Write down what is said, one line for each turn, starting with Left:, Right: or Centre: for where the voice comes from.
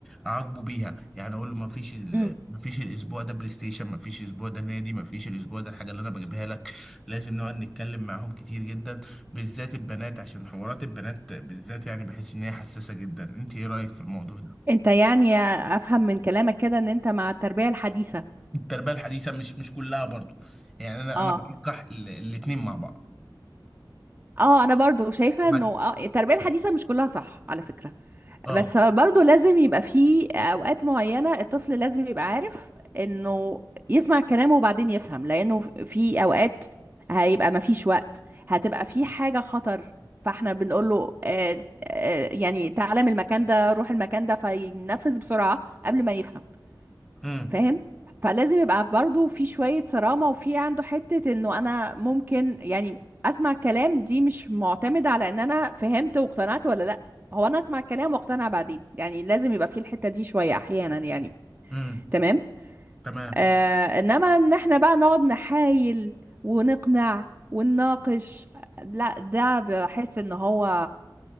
Centre: اعاقبه بيها يعني اقول له ما فيش ال...
Right: امم
Centre: ما فيش الاسبوع ده بلاي ستيشن ما فيش الاسبوع ده نادي ما فيش الاسبوع ده الحاجه اللي انا بجيبها لك لازم نقعد نتكلم معاهم كتير جدا بالذات البنات عشان حوارات البنات بالذات يعني بحس ان هي حساسه جدا انت ايه رايك في الموضوع ده
Right: انت يعني افهم من كلامك كده ان انت مع التربية الحديثة
Centre: التربيه الحديثه مش مش كلها برضو يعني انا
Right: اه
Centre: انا بنكح ال- الاتنين مع بعض
Right: اه انا برضو شايفة
Centre: مك
Right: انه اه التربية الحديثة مش كلها صح على فكرة
Centre: اه
Right: بس برضو لازم يبقى في اوقات معينة الطفل لازم يبقى عارف انه يسمع كلامه وبعدين يفهم لانه في اوقات هيبقى مفيش وقت هتبقى في حاجة خطر فاحنا بنقول له آه آه يعني تعالى من المكان ده روح المكان ده فينفذ بسرعة قبل ما يفهم
Centre: امم
Right: فاهم فلازم يبقى برضو في شوية صرامة وفي عنده حتة انه انا ممكن يعني اسمع الكلام دي مش معتمدة على ان انا فهمت واقتنعت ولا لا هو انا اسمع الكلام واقتنع بعدين يعني لازم يبقى في الحتة دي شوية احيانا يعني
Centre: امم
Right: تمام
Centre: تمام
Right: آه انما ان احنا بقى نقعد نحايل ونقنع ونناقش لا ده بحس ان هو